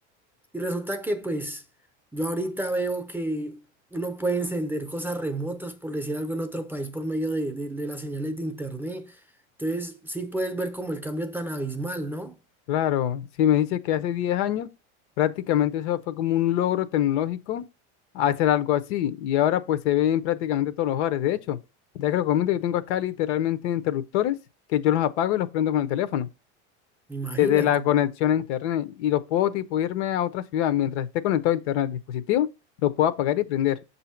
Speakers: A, in the centre; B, on the left (about 75°).
A: Y resulta que pues yo ahorita veo que uno puede encender cosas remotas, por decir algo, en otro país por medio de, de- de las señales de internet. Entonces sí puedes ver como el cambio tan abismal, ¿no?
B: Claro, si me dice que hace 10 años, prácticamente eso fue como un logro tecnológico hacer algo así. Y ahora pues se ve en prácticamente todos los hogares. De hecho, ya que lo comento, yo tengo acá literalmente interruptores que yo los apago y los prendo con el teléfono,
A: Imagínate,
B: desde la conexión a internet. Y los puedo tipo irme a otra ciudad. Mientras esté conectado a internet al dispositivo, lo puedo apagar y prender